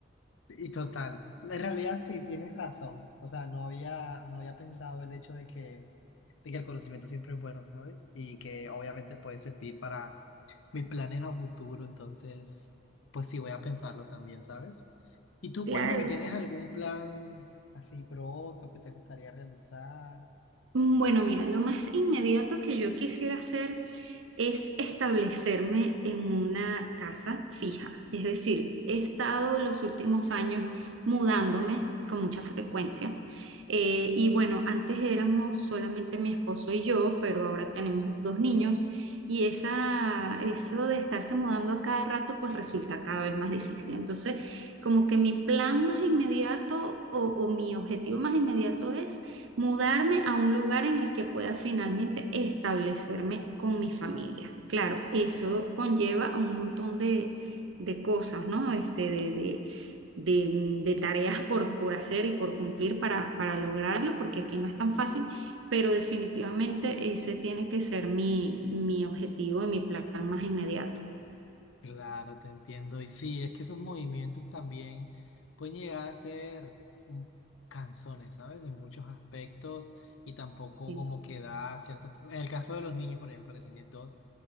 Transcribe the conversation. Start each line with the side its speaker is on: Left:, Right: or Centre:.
Left: Y total, en realidad sí tienes razón. O sea, no había, no había pensado el hecho de que, de que el conocimiento siempre es bueno, ¿sabes? Y que obviamente puede servir para mis planes a futuro. Entonces, pues sí, voy a pensarlo también, ¿sabes? Y tú
Right: Claro.
Left: cuéntame, ¿tienes algún plan así pronto que te gustaría realizar?
Right: Mm, Bueno, mira, lo más inmediato que yo quisiera hacer es establecerme en una casa fija. Es decir, he estado los últimos años mudándome con mucha frecuencia. Eh, y bueno, antes éramos solamente mi esposo y yo, pero ahora tenemos dos niños y esa, eso de estarse mudando a cada rato pues resulta cada vez más difícil. Entonces, como que mi plan más inmediato o o mi objetivo más inmediato es mudarme a un lugar en el que pueda finalmente establecerme con mi familia. Claro, eso conlleva a un montón de, de cosas, ¿no? Este, de, de, de- de tareas <laughs> por, por hacer y por cumplir para, para lograrlo, porque aquí no es tan fácil, pero definitivamente ese tiene que ser mi, mi objetivo y mi plan más inmediato.
Left: Claro, te entiendo. Y sí, es que esos movimientos también pueden llegar a ser un- canzones, ¿sabes? En muchos aspectos y tampoco
Right: Sí,
Left: como que da ciertas... En el caso de los niños, por ejemplo, que tiene dos,